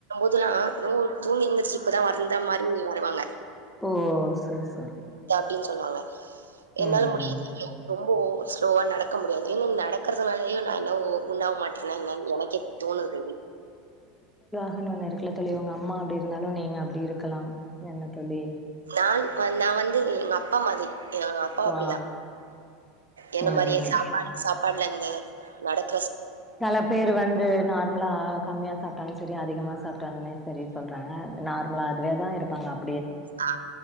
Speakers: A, on the right; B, in the centre.
A: இதுல்லா என்னவோ தூங்கி எந்திரிச்சு இப்பதா வந்த மாரி வருவாங்க
B: ஓ சேர் சேரி
A: அப்டின் சொல்லுவாங்க
B: ம்
A: என்னால முடியிலியோ ரொம்போ ஸ்லோவா நடக்க முடியாது <unintelligible> நடக் ரதுனாலயோ நா என்னவோ குண்டாவ மாட்றானா என்னனு எனக்கே தோணுது மேபி
B: குன்னு ஒன்னு இருக்குல தோழி உங்க அம்மா அப்டி இருந்தாலு நீங்க அப்டி இருக்கலாம் என்னத் தோழி
A: நான் நா வந்து எங்க அப்பா மாதி எங்க அப்பா அப்டிதா
B: ஆ
A: என்ன
B: ம்
A: மாரியே சாப்பாடு சாப் பாட்லந்து நடக்
B: செல பேர் வந்து நா லாக் கம்மியா சாப்பிட்டாலு சரி அதிகமா சாப்பிட்டாலுமே சரி சொல்றாங்க நார்மலா அதுவேதா இருப்ப பங்கப்
A: ஆ